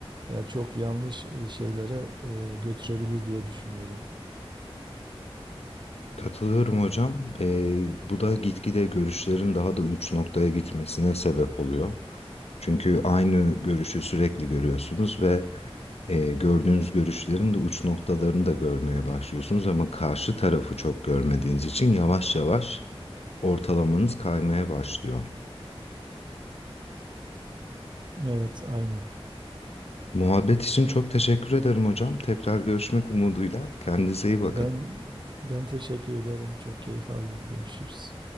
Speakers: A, on the right (about 50°); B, on the left (about 85°).
A: e, çok yanlış e, şeylere e, götürebilir diye düşünüyorum.
B: Katılıyorum hocam. Ee, bu da gitgide görüşlerin daha da uç noktaya gitmesine sebep oluyor. Çünkü aynı görüşü sürekli görüyorsunuz ve e, gördüğünüz görüşlerin de uç noktalarını da görmeye başlıyorsunuz ama karşı tarafı çok görmediğiniz için yavaş yavaş ortalamanız kaymaya başlıyor.
A: Evet, aynen.
B: Muhabbet için çok teşekkür ederim hocam. Tekrar görüşmek umuduyla. Kendinize iyi bakın.
A: Ben ben teşekkür ederim. Çok keyif aldım. Görüşürüz.